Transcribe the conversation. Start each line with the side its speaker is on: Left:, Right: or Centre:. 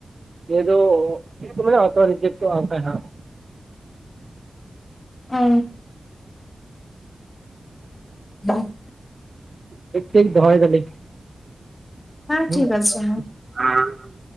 Right: <unintelligible> ᱚᱴᱳ ᱨᱤᱡᱮᱠᱴ ᱚᱜ - ᱟ ᱵᱟᱝᱠᱷᱟᱡ ᱦᱟᱜ
Left: ᱚ <unintelligible>
Right: ᱴᱤᱠ ᱴᱤᱠ ᱫᱚᱦᱚᱭ ᱫᱟᱞᱤᱧ
Left: ᱦᱮᱸ ᱴᱷᱤᱠ
Right: ᱦᱩᱸ᱾
Left: ᱟᱪᱷᱮ
Right: <inaudible>